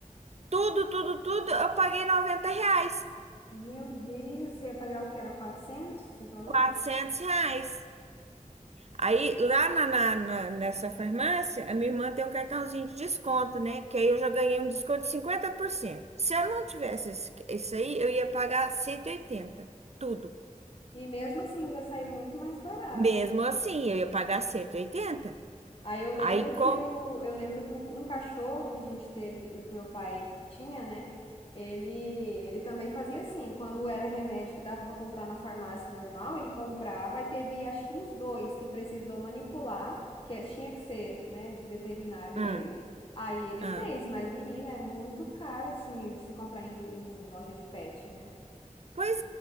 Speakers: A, on the right (about 55°); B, on the left (about 40°).
A: Tudo, tudo, tudo. Eu paguei 90 reais,
B: Meu Deus, você ia pagar o que era 400 você falou?
A: 400 reais. Aí, lá na, na- na- nessa farmácia, a minha irmã tem um cartãozinho de desconto, né? Que aí eu já ganhei um desconto de 50%. Se eu não tivesse esse- isso aí, eu ia pagar cento e oitenta. tudo.
B: E mesmo assim, ainda sai muito mais barato.
A: Mesmo assim, eu ia pagar 180.
B: Aí eu lembro
A: Aí,
B: que
A: co...
B: o, eu lembro que o- um cachorro que a gente teve, que que meu pai tinha, né? Ele, ele também fazia assim, quando era remédio que dava para comprar na farmácia normal, ele comprava e teve acho que uns dois que precisou manipular, que é, tinha que ser, né, veterinário mesmo.
A: Hum,
B: Aí ele
A: hum.
B: fez, mas menina, é muito caro assim se comprar em, em loja de pet, né?
A: Pois